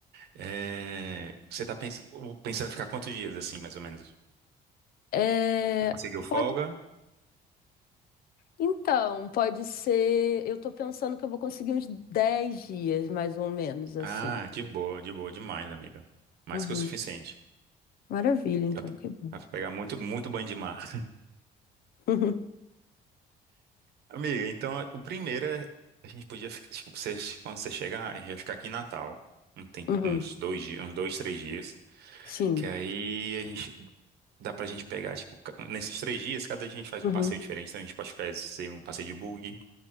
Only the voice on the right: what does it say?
É, Você tá pens- pensando em ficar quantos dias assim, mais ou menos?
Você conseguiu folga?
Ah, de boa, de boa, demais, amiga. Mais
que o suficiente.
Dá pra
dá pra pegar muito, muito banho de mar.
Amiga, então o primeiro é. A gente podia. fi- Tipo, vocês, quando você chegar, a gente vai ficar aqui em Natal. Um tem
uns
dois dias, uns dois, três dias.
Que aí a gente. Dá pra gente pegar, tipo, ca- nesses três dias, cada dia a gente faz
um passeio diferente. Então a gente pode fazer um passeio de bug